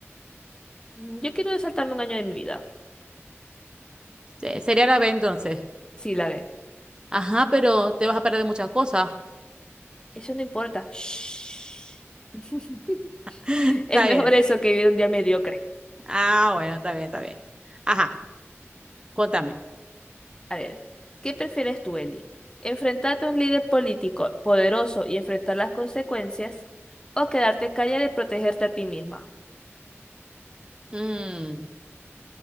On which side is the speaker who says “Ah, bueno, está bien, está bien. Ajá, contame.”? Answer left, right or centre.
Right